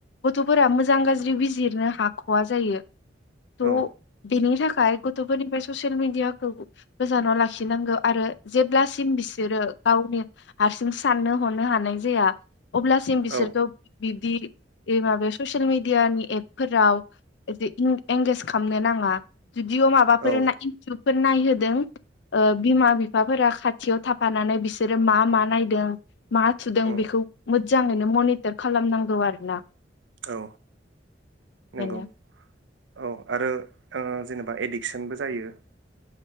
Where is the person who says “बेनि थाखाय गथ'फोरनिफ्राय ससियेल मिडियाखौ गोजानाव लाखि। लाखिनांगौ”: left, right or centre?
Left